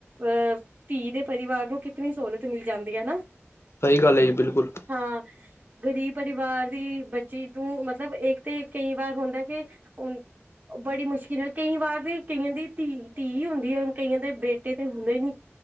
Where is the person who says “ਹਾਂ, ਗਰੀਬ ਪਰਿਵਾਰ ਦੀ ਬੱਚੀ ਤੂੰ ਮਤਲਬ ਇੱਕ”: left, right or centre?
Right